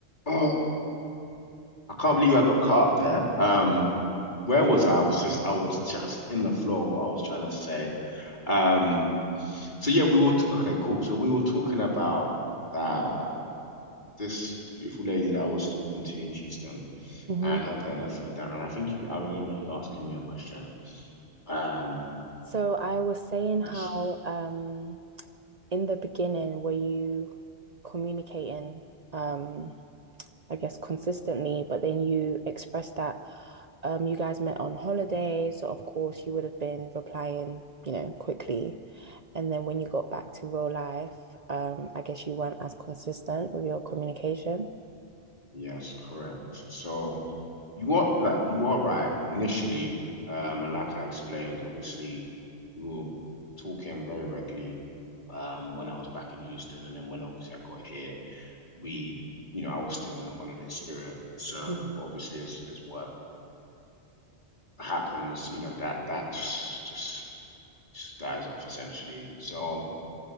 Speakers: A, on the left (about 45°); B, on the right (about 45°).
A: Oh, I can't believe I got caught up there. Um, where was I? I was just I was just in the flow of what I was trying to say. Um, so yeah, we were t okay, cool. So we were talking about uh this beautiful lady that I was talking to in Houston
B: hmm
A: and her putting her foot down. And I think you I remember you asking me a question. Um,
B: So I was saying how
A: yes,
B: um, in the beginning, were you communicating, um, I guess, consistently, but then you expressed that um, you guys met on holiday, so of course you would have been replying, you know, quickly. And then when you got back to real life, um, I guess you weren't as consistent with your communication.
A: yes, correct. So You are like you are right initially, um, and like I explained, obviously we were talking very regularly, um, when I was back in Houston, and then when obviously I got here, we, you know, I was still in the holiday spirit. So
B: Mhm.
A: obviously, as as work happens, you know, that that just just, just dies off essentially. So